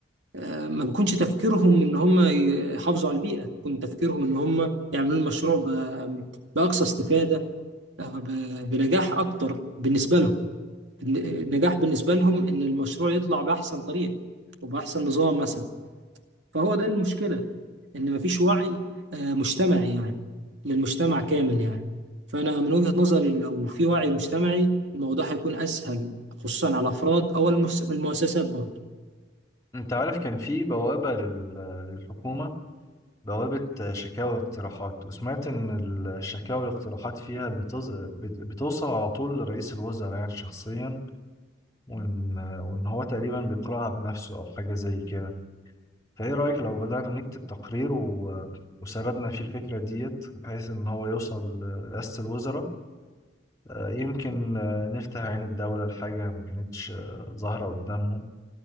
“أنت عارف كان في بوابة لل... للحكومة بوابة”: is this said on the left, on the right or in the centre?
Left